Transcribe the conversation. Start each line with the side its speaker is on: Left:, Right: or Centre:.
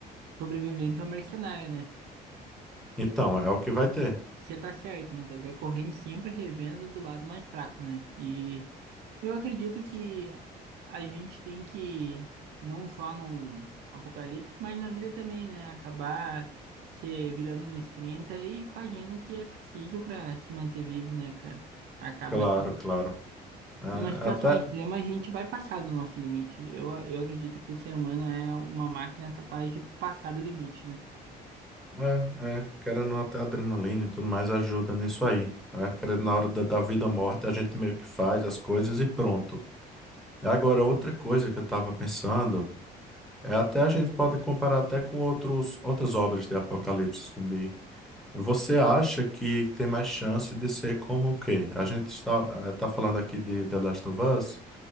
Right: Sobrevivente é um mercenário, né?
Centre: Então, é o que vai ter.
Right: Você tá certo, Matheus, que a corrente sempre arrebenta do lado mais fraco, né? E eu acredito que a gente tem que, não só num apocalipse, mas na vida também, né? Acabar se virando nos 30 e fazendo o que é preciso pra se manter vivo, né, cara? Acaba
Centre: Claro,
Right: que,
Centre: claro. É,
Right: numa situação
Centre: até,
Right: extrema, a gente vai passar do nosso limite. Eu, eu acredito que o ser humano é uma máquina capaz de passar do limite, né?
Centre: é, é, querendo ou não, até a adrenalina e tudo mais ajuda nisso aí. É, querendo, na hora da, da vida ou morte, a gente meio que faz as coisas e pronto. Agora, outra coisa que eu estava pensando é até a gente pode comparar até com outros, outras obras de apocalipse zumbi. Você acha que tem mais chance de ser como o quê? A gente está, eh, tá falando aqui de The Last of Us,